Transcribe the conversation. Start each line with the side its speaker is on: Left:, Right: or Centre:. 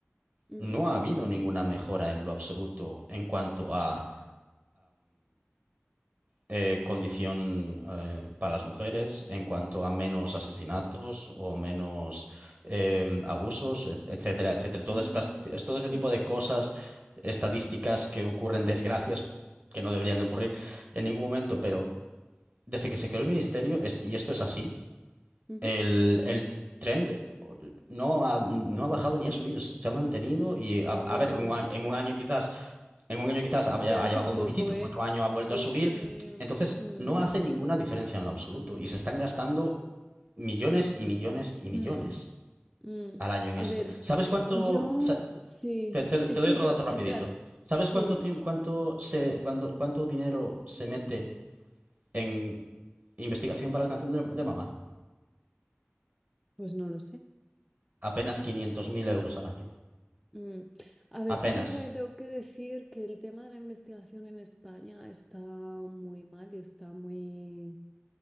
Centre: ujú.
Right: no ha habido ninguna mejora en lo absoluto en cuanto a, eh, condición eh, para las mujeres en cuanto a menos asesinatos o menos eh, abusos, et- etcétera, etcétera. Todas
Centre: Mm,
Right: estas, es todo ese tipo de cosas, estadísticas que ocurren, desgracias que no deberían de ocurrir en ningún momento, pero desde que se creó el ministerio, est- y esto es así,
Centre: ujú.
Right: el, el trend no ha, no ha bajado ni ha subido, se ha mantenido y a,
Centre: Ya,
Right: a ver, en un
Centre: mm,
Right: año en un año quizás. En un año quizás haya
Centre: ya
Right: haya
Centre: es que
Right: bajado
Centre: es poco,
Right: un poquitito,
Centre: ¿eh?
Right: en otro año ha vuelto
Centre: Sí,
Right: a subir.
Centre: es que...
Right: Entonces,
Centre: mm,
Right: no hace ninguna diferencia en lo absoluto y se están gastando millones y millones y millones
Centre: mm, mm. mm.
Right: al año en
Centre: A
Right: esto.
Centre: ver,
Right: ¿Sabes cuánto?
Centre: yo
Right: sa-
Centre: sí,
Right: Te, te-
Centre: es
Right: te doy
Centre: que
Right: otro
Centre: yo,
Right: dato
Centre: espera,
Right: rapidito. ¿Sabes
Centre: sí,
Right: cuánto,
Centre: dime,
Right: tiemp- cuánto, se, cuando- cuánto dinero se mete en investigación para el cáncer de, de mama?
Centre: pues no lo sé.
Right: Apenas 500 mil euros al año.
Centre: Mm. A ver,
Right: Apenas.
Centre: sí que es verdad que tengo que decir que el tema de la investigación en España está muy mal y está muy...